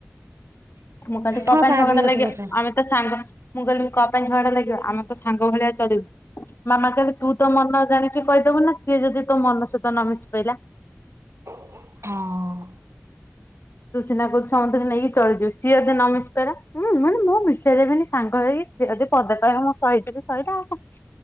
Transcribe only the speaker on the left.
ମୁଁ କହିଲି କଁ
ପାଇଁ
ଝଗଡ଼ା
ଲାଗିବ
ଆମେ ତ ସାଙ୍ଗ ମୁଁ କହିଲି କଁପାଇଁ ଝଗଡା ଲାଗିବା। ଆମେ ତ ସାଙ୍ଗ ଭଳିଆ ଚଳିବୁ ମାମା କହିଲେ, ତୁ ତ ମନ ଜାଣିକି କହି - ଦେଖୁନ ସିଏ ଯଦି ତୋ ମନ ସହିତ ନ ମିଶି ପାରିଲା?
ତୁ ସିନା ବୁଝୁଚୁ ସମନ୍ତିକୁ ନେଇ ଚଳିଯିବୁ, ସିଏ ଯଦି ନ ମିଶି ପାଇଲା ହୁଁ ମାନେ ମୁଁ ମିଶାଇଦେବିନି ସାଙ୍ଗ ହେଇକି? ସେ ଯଦି ପଦେ କହିବ ମୁଁ ସହି ଯିବି ସଇଲା ଆଉ କଣ।